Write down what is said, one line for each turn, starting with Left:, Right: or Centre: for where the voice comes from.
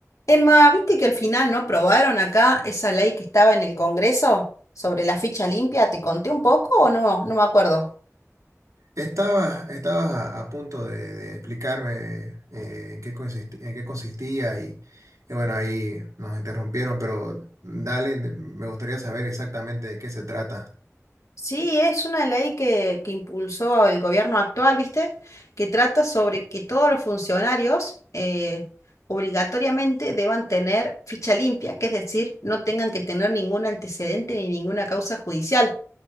Left: Emma, ¿viste que al final no aprobaron acá esa ley que estaba en el Congreso sobre la ficha limpia? ¿Te conté un poco o no? No me acuerdo.
Right: Estabas, estabas a, a punto de, de explicarme eh, en qué consisti- en qué consistía y, y bueno, ahí nos interrumpieron, pero dale, de- me gustaría saber exactamente de qué se trata.
Left: Sí, es una ley que, que impulsó el gobierno actual, ¿viste? Que trata sobre que todos los funcionarios eh, obligatoriamente deban tener ficha limpia, que es decir, no tengan que tener ningún antecedente ni ninguna causa judicial.